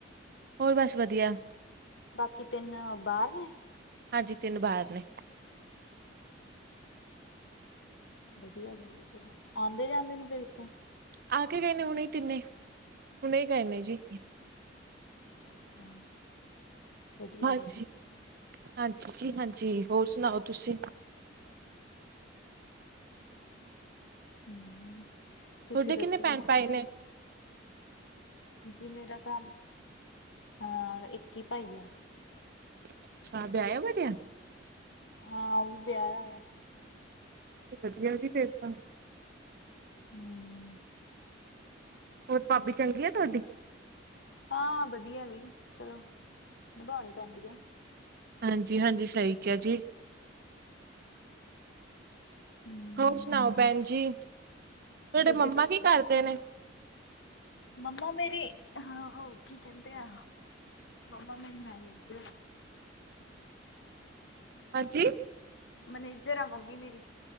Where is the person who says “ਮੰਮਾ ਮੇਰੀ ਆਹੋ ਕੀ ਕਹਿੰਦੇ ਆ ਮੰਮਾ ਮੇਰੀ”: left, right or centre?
Left